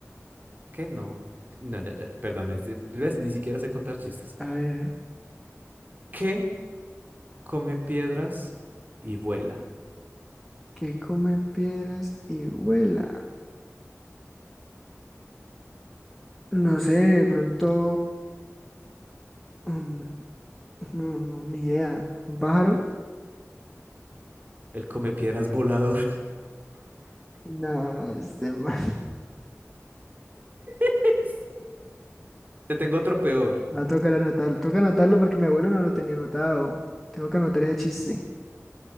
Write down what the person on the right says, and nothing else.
¿Qué? No, no, ya, ya, perdón, es- eh, ves, ni siquiera sé contar chistes.
¿Qué come piedras y vuela?
El come piedras volador.
<laughs> Te tengo otro peor.